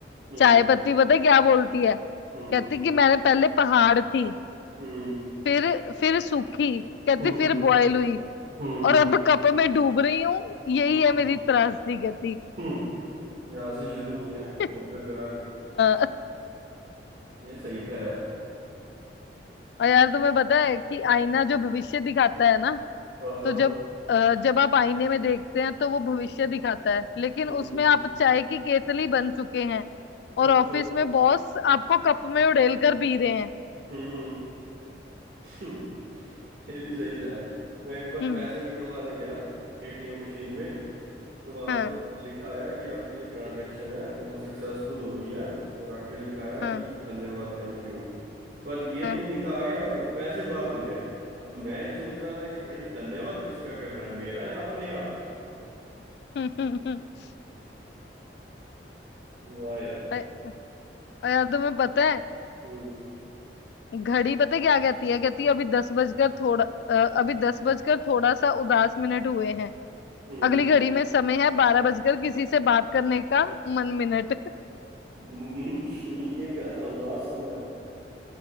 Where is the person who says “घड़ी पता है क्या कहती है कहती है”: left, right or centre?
Left